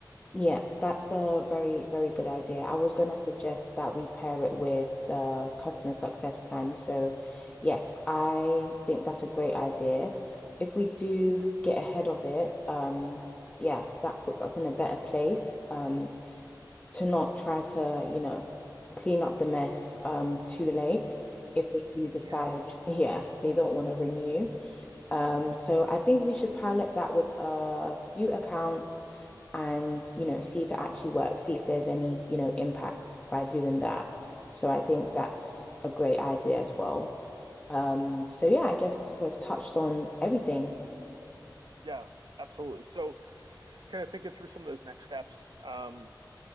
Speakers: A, on the left (about 20°); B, on the right (about 75°).
A: Yeah, that's a very, very good idea. I was going to suggest that we pair it with the customer success plan. So, yes, I think that's a great idea. If we do get ahead of it, um, yeah, that puts us in a better place, um, to not try to, you know, clean up the mess, um, too late if they do decide,
B: Yeah,
A: <laughs> yeah, they don't want to renew. Um, so I think we should pilot that with a few accounts and you know see if it actually works see if there's any you know impact by doing that so i think that's a great idea as well um so yeah i guess we've touched on everything
B: yeah, absolutely. So, kind of thinking through some of those next steps. Um,